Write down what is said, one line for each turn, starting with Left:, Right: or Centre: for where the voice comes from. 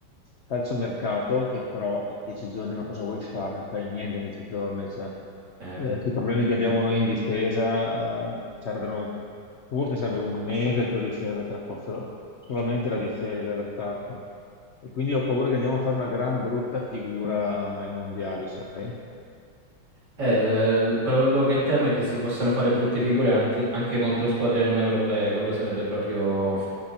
Left: calciomercato, che però dieci giorni, ma cosa vuoi fare? Non fai niente in dieci giorni. Cioè,
Right: eh.
Left: eh, con i problemi che abbiamo noi in difesa, eh, servono, forse serve un mese per riuscire a mettere a posto la- solamente la difesa e l'attacco. E quindi ho paura che andiamo a fare una gran brutta figura ai mondiali, sai?
Right: Eh, l- l- quello che temo è che si possano fare brutte figure ante- anche contro squadre non europee, quello sarebbe proprio,